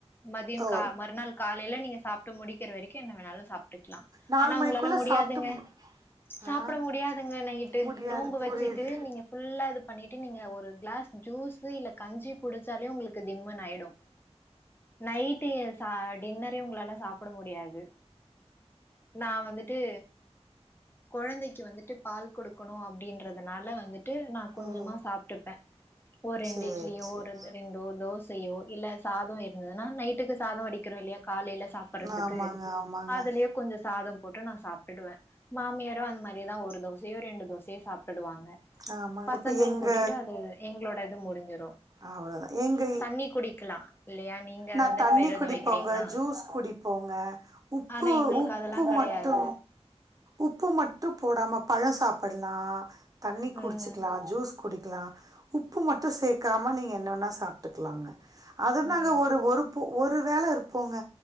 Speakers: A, on the left (about 20°); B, on the right (about 30°).
A: மதியோ
B: ஓ
A: கா மறுநாள் காலைல நீங்க சாப்ட்டு முடிக்கிற வரைக்கு என்ன வேணாலு சாப்ட்டுக்கலா
B: நாலு
A: ஆனா
B: மணிக்குள்ள
A: உங்களால முடியாதுங்க
B: சாப்ட்டு மு
A: சாப்பிட
B: ஆ
A: முடியாதுங்க நைட்டு
B: முடியாது
A: நோன்ம்பு வெச்சிட்டு
B: புரியுது
A: நீங்க ஃபுல்லாக இது பண்ணிட்டு நீங்க ஒரு க்ளாஸ் ஜூஸு இல்ல கஞ்சி குடிச்சாளே உங்களுக்கு திம்முனு ஆய்டு நைட்டு ச டின்னரே உங்களால சாப்பிட முடியாது நா வந்துட்டு கொழந்தைக்கு வந்துட்டு பால் குடுக்கணு அப்டின்றதுனால வந்துட்டு நா கொஞ்சமா
B: ஓ
A: சாப்ட்டுப்பே ஒரு ரெண்டு
B: சேரி
A: இட்லியோ
B: சேரி
A: ஒரு இது ரெண் டோ தோசையோ இல்ல சாதோ இருந்ததுனா நைட்டுக்கு சாதோ வடிக்கிறோ இல்லையா காலைல சாப் சாப்பறதுக்கு
B: சேரி ஆமாங்க ஆமாங்க
A: அதுலயே கொஞ்சோ சாதோ போட்டு நா சாப்ட்டிடுவே மாமியாரு அந்த மாரியே தா ஒரு தோசையோ ரெண்டு தோசையோ சாப் படுவாங்க
B: ஆமாங்க
A: பசங்கள்க்கு
B: இப்ப எங்க
A: ஊட்டிட்டு அது எங்களோட இது முடிஞ்சிரு
B: அவ்ளோ தா ஏங்க
A: டீ குடிக்கலா இல்லையா நீங்க
B: நா
A: வந்துட்டு
B: தண்ணி
A: விரதோ
B: குடிப்போங்க
A: வைக்கிறீங்களா
B: ஜூஸ் குடிப்போங்க உப்பு
A: ஆனா எங்களுக்கு
B: உ
A: அதெல்லா
B: ப்பு
A: கெடையாது
B: மட்டு உப்பு மட்டு போடாம பழோ சாப்பட்லா தண்ணி குடிச்சிக்கலா
A: ம்
B: ஜூஸ் குடிக்கலா உப்பு மட்டு சேக்காம நீங்க என்ன வேனா சாப்ட்டுக்கலாங்க அது
A: ம்
B: நாங்க ஒரு ஒரு ஒரு வேள இருப்போங்க